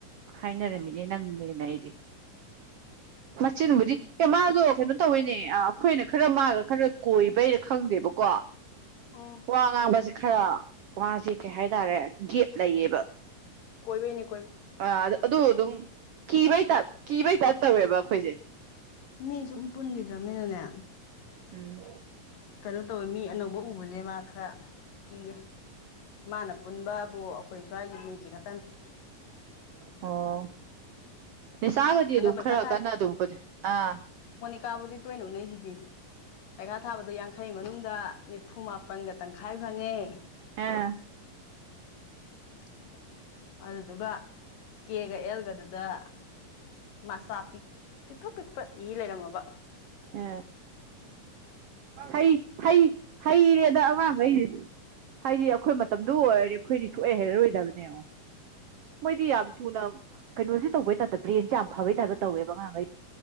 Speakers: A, on the right; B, on the left.
A: ꯍꯥꯏꯅꯔꯝꯃꯤꯅꯦ ꯅꯪꯅꯦꯅ ꯑꯩꯗꯤ ꯃꯆꯤꯟꯕꯨꯗꯤ ꯑꯦ ꯃꯥꯗꯣ ꯀꯩꯅꯣ ꯇꯧꯋꯤꯅꯦ ꯑꯩꯈꯣꯏꯅ ꯈꯔ ꯃꯥꯥꯒ ꯈꯔ ꯀꯣꯏꯕꯩꯅ ꯈꯪꯗꯦꯕꯀꯣ
B: ꯎꯝ
A: ꯋꯥ ꯉꯥꯡꯕꯁꯦ ꯈꯔ ꯃꯥꯁꯦ ꯀꯩ ꯍꯥꯏ ꯇꯔꯦ ꯒꯦꯞ ꯂꯩꯌꯦꯕ
B: ꯀꯣꯏꯕꯩꯅꯦ
A: ꯑ ꯑꯗꯨ ꯑꯗꯨꯝ ꯀꯤꯕꯩ ꯀꯤꯕꯩ ꯇꯥꯏꯄ ꯇꯧꯋꯦꯕ ꯑꯩꯈꯣꯏꯁꯦ
B: ꯃꯤ ꯁꯨꯝ ꯄꯨꯟꯒꯤꯗ꯭ꯔꯃꯤꯅꯅꯦ
A: ꯎꯝ
B: ꯀꯩꯅꯣ ꯇꯧꯋꯦ ꯃꯤ ꯑꯅꯧꯕ ꯎ ꯁ꯭ꯨꯜꯁꯦ ꯃꯥ ꯈꯔ ꯀꯤꯌꯦ ꯃꯥꯅ ꯄꯨꯟꯕꯕꯨ ꯑꯩꯈꯣꯏ ꯁ꯭ꯋꯥꯏꯒꯤ ꯃꯤꯁꯦ ꯈ
A: ꯑꯣ ꯅꯤꯁꯥꯒꯗꯤ
B: ꯍꯟꯗꯛ
A: ꯑꯗꯨꯝ
B: ꯄꯩꯈꯥ
A: ꯈꯔ ꯀꯟꯅꯕꯨꯗꯤ ꯑꯥ
B: ꯥꯕꯨꯗꯤ ꯇꯣꯏꯅ ꯎꯅꯩꯁꯤꯗꯤ ꯄꯩꯈꯥ ꯊꯥꯕꯗꯣ ꯌꯥ ꯃꯈꯩ ꯃꯅꯨꯡꯗ ꯅꯤꯐꯨ ꯃꯥꯄꯟꯒ ꯇꯪꯈꯥꯏ ꯐꯪꯉꯦ
A: ꯑꯥ
B: <unintelligible> ꯑꯗꯨꯗꯨꯒ ꯀꯦꯒ ꯑꯦꯜꯒꯗꯨꯗ ꯃꯆꯥ ꯄꯤꯛ ꯄꯤꯛꯇꯨ ꯄꯤꯛꯄ ꯏ ꯂꯩꯔꯝꯃꯕ
A: ꯑ ꯍꯩ ꯍꯩ ꯍꯩꯔꯦꯗ ꯑꯉꯥꯡꯈꯩꯖꯤ ꯍꯥꯏꯗꯤ ꯑꯩꯈꯣꯏ ꯃꯇꯝꯗꯨ ꯑꯣꯏꯔꯗꯤ ꯑꯩꯈꯣꯏꯗꯤ ꯁꯨꯛꯍꯩ ꯍꯩꯔꯔꯣꯏꯗꯕꯅꯦ ꯌꯦꯉꯣ ꯃꯣꯏꯗꯤ ꯌꯥꯝ ꯊꯨꯅ ꯀꯩꯅꯣꯁꯦ ꯇꯧꯕꯩ ꯇꯥꯏꯞ ꯕ꯭ꯔꯦꯟꯁꯦ ꯌꯥꯝ ꯐꯕꯩ ꯇꯥꯏꯄ ꯇꯧꯋꯦꯕ ꯑꯉꯥꯡꯈꯩ